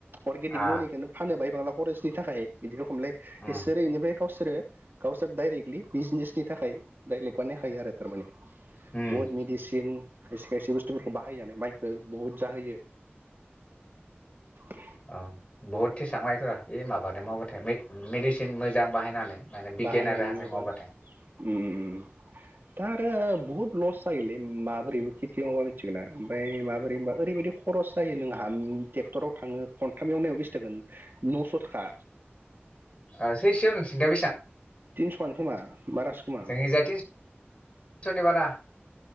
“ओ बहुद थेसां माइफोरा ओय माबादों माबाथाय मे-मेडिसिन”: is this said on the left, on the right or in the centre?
Left